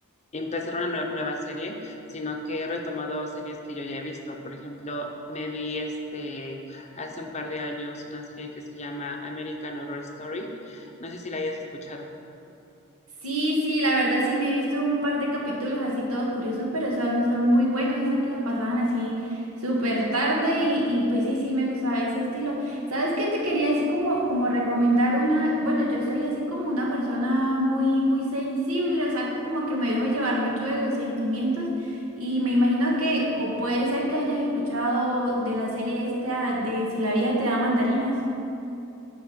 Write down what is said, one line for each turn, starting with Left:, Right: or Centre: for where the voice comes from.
Left: empezar una nue- nueva serie, sino que he retomado series que yo ya he visto. Por ejemplo, me vi este hace un par de años una serie que se llama American Horror Story. No sé si la hayas escuchado.
Right: Sí, sí, la verdad sí me he visto un par de capítulos así todos curiosos, pero son, son muy buenos esas que los pasaban así súper tarde y, y pues sí, sí me gustaba ese estilo. ¿Sabes qué te quería así como, como recomendar una? Bueno, yo soy así como una persona muy, muy sensible, o sea, que como que me dejo llevar mucho de los sentimientos y me imagino que, o puede ser que hayas escuchado de la serie esta de Si la vida te da mandarinas.